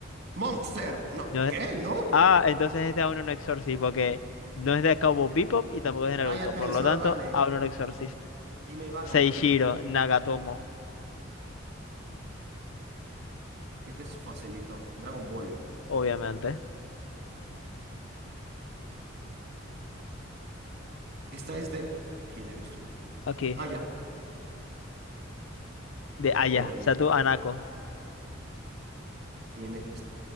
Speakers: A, on the right (about 55°); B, on the left (about 85°).
A: ¡Monster! No.
B: No es...
A: ¿Qué? ¿No?
B: Ah, entonces este aún no Exorcist, porque no es de Cowboy Bebop y tampoco es de Naruto.
A: Cállate,
B: Por lo
A: solo
B: tanto,
A: dale.
B: aún no Exorcist.
A: Dime, va
B: Seishiro
A: ganando. Yo me...
B: Nagatomo,
A: Este es su facilito. Dragon Ball.
B: obviamente.
A: Esta es de... ¿Quién eres tú?
B: Aquí,
A: Ah, ya.
B: de Aya,
A: Te odio.
B: Satu Anako.
A: ¿Quién es